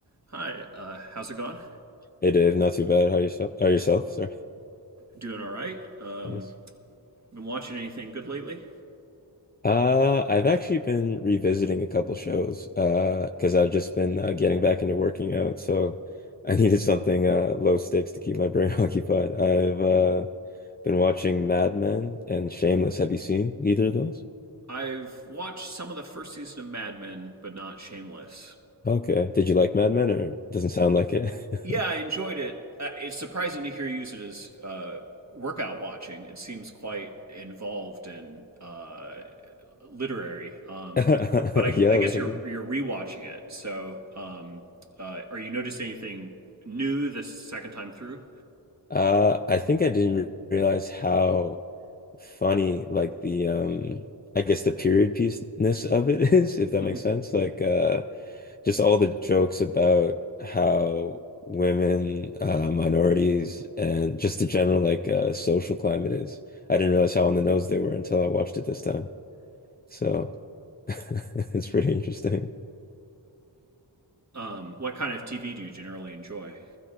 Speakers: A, on the right (about 35°); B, on the left (about 25°).
A: Hi, uh, how's it going?
B: Hey Dave, not too bad. How yourself? How yourself? Sorry.
A: Doing all right. Um,
B: Nice.
A: been watching anything good lately?
B: Uh, I've actually been revisiting a couple shows uh because I've just been uh, getting back into working out, so I <laughs> needed something uh low stakes to keep my brain <laughs> occupied. I've uh been watching Mad Men and Shameless. Have you seen either of those?
A: I've watched some of the first season of Mad Men, but not Shameless.
B: Okay. Did you like Mad Men or doesn't sound like it?
A: Yeah, I
B: <laughs>
A: enjoyed it. Uh, it's surprising to hear you use it as uh, workout watching. It seems quite involved and uh, literary. Um,
B: <laughs>
A: but I,
B: Yeah,
A: I guess
B: a little
A: you're
B: bit.
A: you're rewatching it. So, um, uh, are you noticing anything new this second time through?
B: Uh, I think I didn't re- realize how funny like the um I guess the period piece-ness of it <laughs> is, if that
A: Mhm.
B: makes sense. Like uh just all the jokes about how women, uh minorities and just the general like uh social climate is. I didn't realize how on the nose they were until I watched it this time. So <laughs> it's pretty interesting.
A: Um, what kind of TV do you generally enjoy?